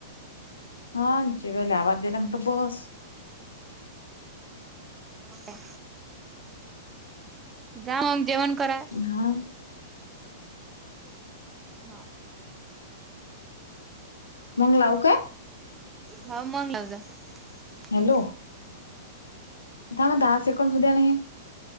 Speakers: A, on the left (about 80°); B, on the right (about 20°).
A: हा जेवयला आवाज दिला म्हटलं बस.
B: हो का जा मग जेवण करा.
A: हा.
B: हाथ
A: मग लावू काय.
B: हा मंग लाव जा.
A: हॅलो.
B: ठीक
A: थांबा दहा सेकंद होऊ द्या नाही.